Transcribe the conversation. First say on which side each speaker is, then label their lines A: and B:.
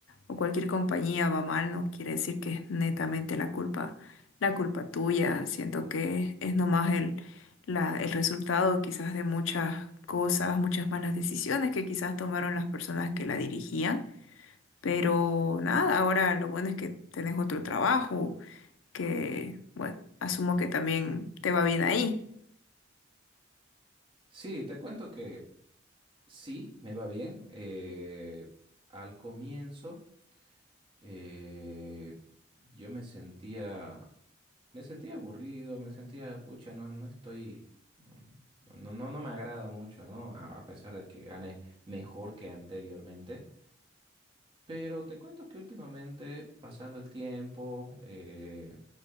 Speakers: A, on the left; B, on the right.
A: o cualquier compañía va mal, no quiere decir que es netamente la culpa, la culpa tuya. Siento que es nomás el, la, el resultado quizás de muchas cosas, muchas malas decisiones que quizás tomaron las personas que la dirigían. Pero nada, ahora lo bueno es que tenés otro trabajo, que bueno, asumo que también te va bien ahí.
B: Sí, te cuento que sí, me va bien. Eh, al comienzo, eh, yo me sentía Me sentía aburrido, me sentía, pucha, no, no estoy, no, no, no no me agrada mucho, ¿no? A, a pesar de que gane mejor que anteriormente. Pero te cuento que últimamente, pasando el tiempo, eh,